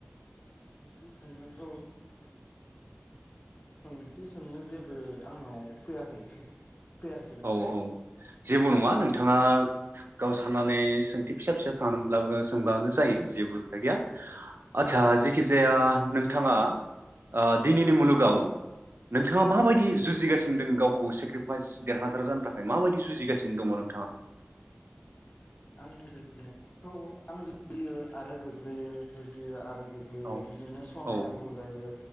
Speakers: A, on the left; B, on the right.
A: सोंथि सोंनोथ' सोंथि सोंनो जेबो आंनाव फैयाखै फैयासै
B: औ औ जेबो नङा नोंथाङा गाव साननानै सोंथि फिसा फिसा सानब्लाबो सोंबानो जायो जेबो खोथा गैया आदसा जेखि जाया नोंथाङा ओ दिनैनि मुलुगाव नोंथाङा माबायदि जुजिगासिनो दं गावखौ सेक्रिफाइस देरहासार जानो थाखाय माबायदि जुजिगासिनो दङ नोंथाङा
A: आंनि जुजिनायखौ आं जुजियो आरो गोग्लैयो जुजियो आरो गोग्लैयो
B: औ
A: बिदिनो सहायनांगौ
B: औ
A: जायो